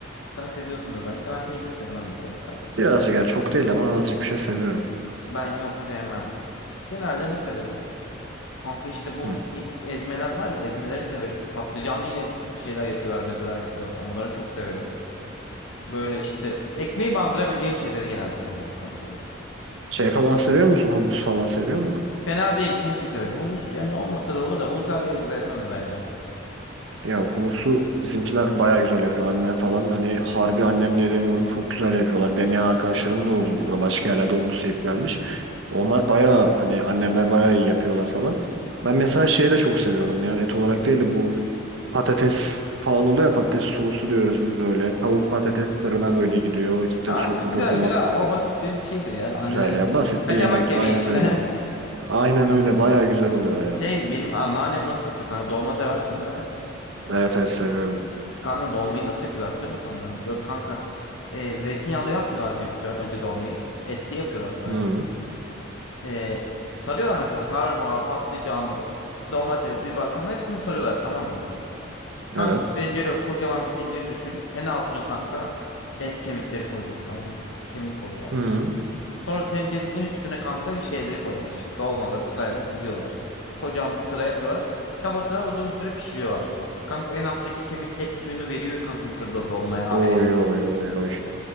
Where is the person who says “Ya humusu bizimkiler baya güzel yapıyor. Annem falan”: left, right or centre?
Right